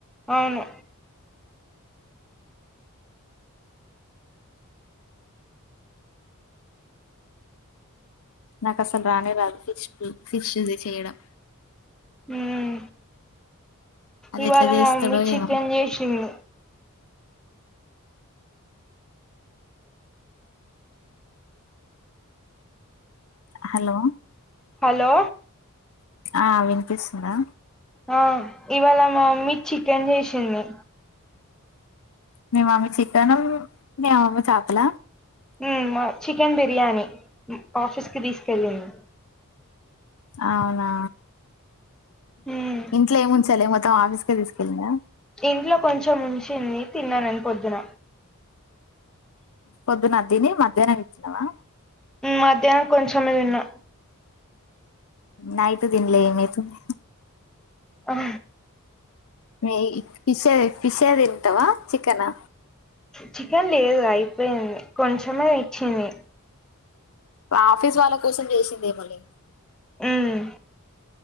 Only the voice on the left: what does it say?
నాకు అసలు రానే రాదు ఫిష్ ఫిష్ ది చేయడం
అది
ఎట్లా చేస్తాడో
ఏమో
హలో
ఆ వినిపిస్తుందా
మీ మమ్మీ చికెన్ మీ అవ్వ చేపల
అవునా
ఇంట్లో ఏం ఉంచాలే మొత్తం ఆఫీస్కే తీసుకెళ్ళందా
పొద్దునది తిని మధ్యాహ్నం ఇదితిన్నావా
నయిట్ తిన్లే ఏమైతుంది
మ ఫిష్ ఫిష్ ఏ తింటావా చికెనా
ఆఫీస్ వాళ్ళ కోసం చేసిందేమోలే